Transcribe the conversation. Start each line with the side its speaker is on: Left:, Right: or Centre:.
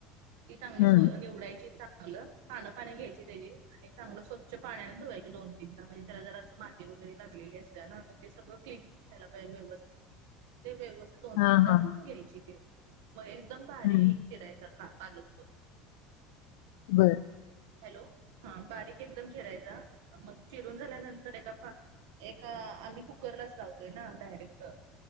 Right: ती चांगली
Left: हम्म
Right: स निवडायची चांगली. चांगलं पानं पाणी घ्यायची त्याची. आणि चांगलं स्वच्छ पाण्याने धुवायची दोन तीनदा म्हणजे त्याला जर असं माती वगैरे लागलेली असत ना मग ते सगळं क्लीन. ह्याला पाहिल व्यवस्थित ते व्यवस्थित दोन
Left: हा
Right: तीन.
Left: हा हा
Right: घ्यायची ते मग एकदम बारीक
Left: हम्म
Right: चिरायचा का पालकतो.
Left: बरं.
Right: हॅलो हा बारीक एकदम चिरायचा मग चिरून झाल्यानंतर एका पा ''--'' एका आम्ही कुकरलाच लावतोय ना डायरेक्ट